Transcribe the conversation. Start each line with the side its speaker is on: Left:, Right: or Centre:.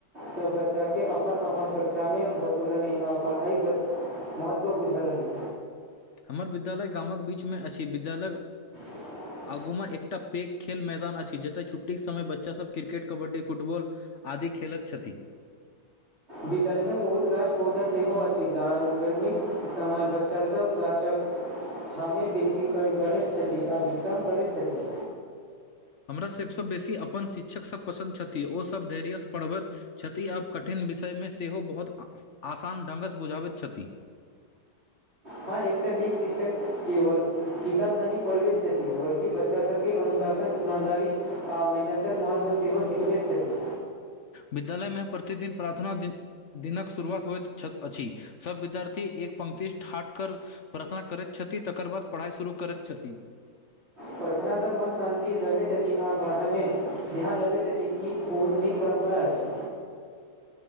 Right: सब बच्चा के अपन अपन कक्षा मे बसूलनि आ पढ़ाइ महत्व बुझलनि
Left: हमर विद्यालय गामक बीचमे अछि विद्यालय
Right: <inaudible>
Left: आगूमे एकटा पैघ खेल मैदान अछि जतय छुट्टीके समय बच्चासभ क्रिकेट कबड्डी फुटबॉल आदि खेलत छथि।
Right: बितलमे बहुत गाछ पौधा सेहो अछि ग गर्मीक समय बच्चासभ गाछक छावमे बेसी बढ़ैत छथि आ विश्राम करैत छथि
Left: हमरा सभसँ बेसी अपन शिक्षकसभ पसन्द छथि ओसभ धैर्यसँ पढ़बैत छथि आब कठिन विषयमे सेहो बहुत आसान ढङ्गसँ बुझाबैत छथि
Right: हँ एकटा नीक शिक्षक केवल किताब नहि पढ़बैत छथि बल्कि बच्चा सबके अनुशासन ईमानदारी आ मेहनतक महत्व सेहो सिखबैत छथि।
Left: विद्यालयमे प्रतिदिन प्रार्थना दिन। दिनक शुरुआत होइत अछि सब विद्यार्थी एक पंक्ति ठाट कर प्रार्थना करैत छथि तकर बाद पढ़ाइ शुरू करैत छथि।
Right: प्रार्थनासँ मन शान्ति रहैत अछि आ पढ़ामे ध्यान लगैत अछि ई बहुत नीक परम्परा अछि।